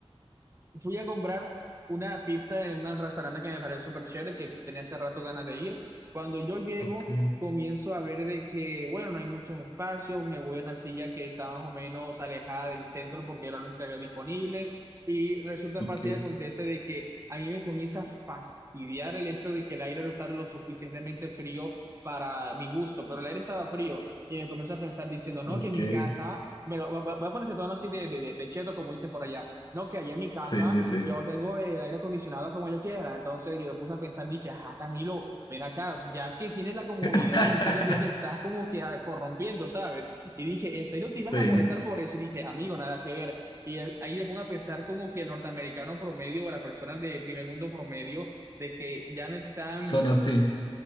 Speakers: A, on the right (about 30°); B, on the left (about 45°).
A: Fui a comprar una pizza en un restaurante que me pareció súper chévere, que tenía hace rato ganas de ir. Cuando yo llego,
B: okay
A: comienzo a ver de que, bueno, no hay muchos espacios, me voy a una silla que está más o menos alejada del centro porque era la única que había disponible. Y resulta
B: okay
A: fácil y acontece de que a mí me comienza a fastidiar el hecho de que el aire no está lo suficientemente frío para mi gusto, pero el aire estaba frío y me comienzo a pensar diciendo, no,
B: okay
A: que mi casa, pero voy a voy a ponerse tono así de, de, de, de cheto, como dicen por allá no, que allá en mi casa
B: sí, sí, sí.
A: yo tengo el aire acondicionado como yo quiera. Entonces yo me puse a pensar, dije, ajá, Camilo, ven acá, ya que tienes la comodidad,
B: <laughs>
A: en serio ya te estás como que ah, corrompiendo, ¿sabes? Y dije, ¿en serio te ibas
B: Sí,
A: a molestar por eso? Y dije, amigo, nada que ver. Y el- ahí me pongo a pensar como que el norteamericano promedio o la persona de primer mundo promedio, de que ya no están.
B: son así,